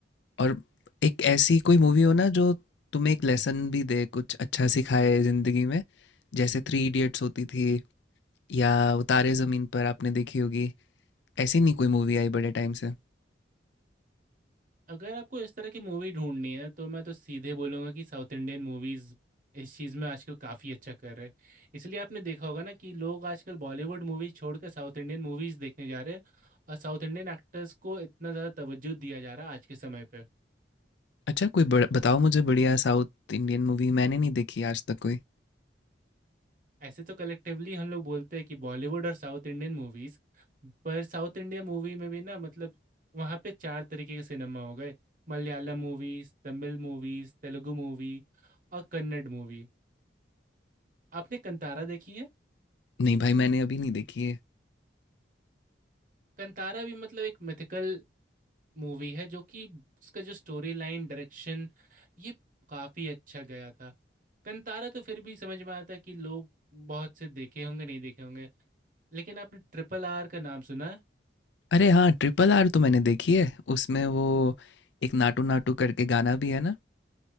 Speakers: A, on the left; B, on the right.
A: और एक ऐसी कोई मूवी हो ना जो तुम्हें एक लेसन भी दे कुछ अच्छा सिखाए ज़िंदगी में जैसे थ्री इडियट्स होती थी या वो तारे ज़मीन पर आपने देखी होगी ऐसी नहीं कोई मूवी आई बड़े टाइम से
B: अगर आपको इस तरह की मूवी ढूंढनी है तो मैं तो सीधे बोलूंगा कि साउथ इंडियन मूवीज इस चीज़ में आजकल काफ़ी अच्छा कर रहे हैं इसलिए आपने देखा होगा ना कि लोग आजकल बॉलीवुड मूवीज छोड़कर साउथ इंडियन मूवीज देखने जा रहे हैं और साउथ इंडियन एक्टर्स को इतना ज़्यादा तवज्जो दिया जा रहा है आज के समय पे
A: अच्छा कोई बड़ा बताओ मुझे बढ़िया साउथ इंडियन मूवी मैंने नहीं देखी आज तक कोई
B: ऐसे तो कलेक्टिवली हम लोग बोलते हैं कि बॉलीवुड और साउथ इंडियन मूवीज पर साउथ इंडिया मूवी में भी ना मतलब वहाँ पे चार तरीके के सिनेमा हो गए Malayalam movies Tamil movies Telugu movie और कन्नड़ मूवी आपने कंतारा देखी है
A: नहीं भाई मैंने अभी नहीं देखी है
B: कंतारा भी मतलब एक मिथिकल मूवी है जो कि उसका जो स्टोरी लाइन डायरेक्शन ये काफी अच्छा गया था कंतारा तो फिर भी समझ में आता है कि लोग बहुत से देखे होंगे नहीं देखे होंगे लेकिन आपने ट्रिपल आर का नाम सुना है
A: अरे हाँ ट्रिपल आर तो मैंने देखी है उसमें वो एक नाटू नाटू करके गाना भी है ना